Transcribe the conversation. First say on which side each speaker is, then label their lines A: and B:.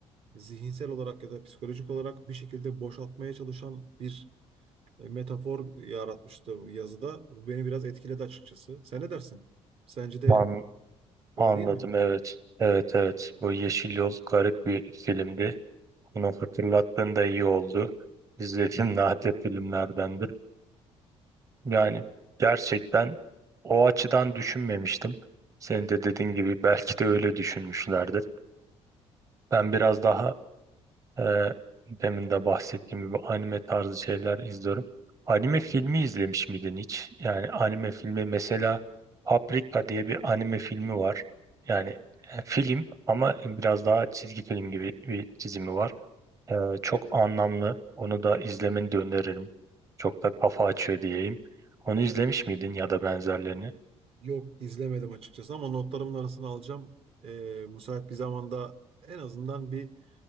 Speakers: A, on the right; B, on the right.
A: zihinsel olarak ya da psikolojik olarak bir şekilde boşaltmaya çalışan bir e, metafor yaratmıştı bu yazıda. Bu beni biraz etkiledi açıkçası. Sen ne dersin? Sence de
B: An
A: öyle
B: anladım
A: değil mi?
B: evet. Evet evet bu Yeşil Yol garip bir filmdi. Bunu hatırlattığında iyi oldu. İzlediğim <laughs> nadir filmlerden Yani gerçekten o açıdan düşünmemiştim. Senin de dediğin gibi belki de öyle düşünmüşlerdir. Ben biraz daha ee, demin de bahsettiğim gibi anime tarzı şeyler izliyorum. Anime filmi izlemiş miydin hiç? Yani anime filmi mesela Paprika diye bir anime filmi var. Yani e, film ama biraz daha çizgi film gibi bir çizimi var. Ee, çok anlamlı. Onu da izlemeni de öneririm. Çok da kafa açıyor diyeyim. Onu izlemiş miydin ya da benzerlerini?
A: Yok, izlemedim açıkçası ama notlarımın arasına alacağım. E, müsait bir zamanda en azından bir